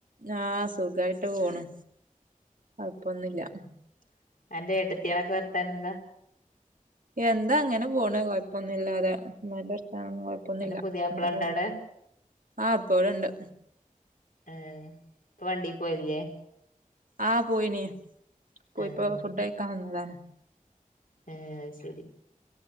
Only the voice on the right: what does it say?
ആഹ് സുഖായിട്ട് പോണു കൊഴപ്പൊന്നുല്ല
എന്താ അങ്ങനെ പോണ് കൊഴപ്പൊന്നുല്ലാതെ ഉമ്മാന്റെറത്താനൊന്നും കൊഴപ്പൊന്നുല്ല
അങ്ങനെ
പോണ്
ആഹ് ഇപ്പവടണ്ട്
ആഹ് പോയിന്യേ പോയിപ്പോ
ഫുഡഴിക്കാൻ വന്നതാണ്